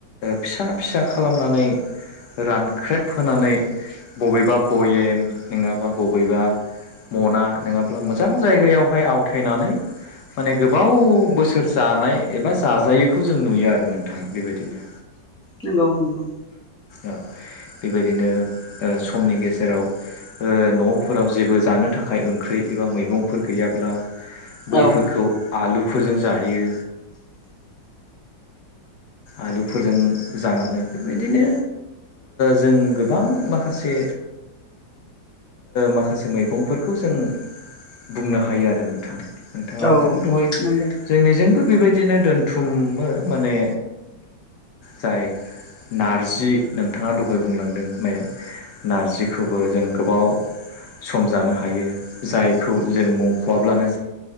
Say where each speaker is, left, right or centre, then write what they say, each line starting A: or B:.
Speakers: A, on the left; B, in the centre.
A: फिसा फिसा खालामनानै रानख्रेबहोनानै बबेबा भयेम नङाबा बबेबा मना नङाब्ला मोजां जायगायावहाय आवथायनानै माने गोबाव बोसोर जानाय एबा जाजायो बेखौ जों नुयो आरो नोंथाङ बेबायदिनो।
B: नंगौ नंगौ
A: औ बेबायदिनो समनि गेजेराव न'फोराव जेबो जानो थाखाय ओंख्रि एबा मैगंफोर गैयाब्ला बैफोरखौ
B: औ
A: आलुफोरजों जायो।
B: <inaudible>
A: आलुफोरजों जानानै बेबायदिनो जों गोबां माखासे माखासे मैगंफोरखौ जों बुंनो हायो आरो नोंथां नोंथाङा
B: औ
A: आरो दहय
B: नंगौ
A: जोंनिजोंबो बेबायदिनो दोन थुमो माने जाय नारजि नोंथाङा दहाय बुंलांदों नारजिखौबो जों गोबाव सम जानो हायो जायखौ जों मख'वाब्लानो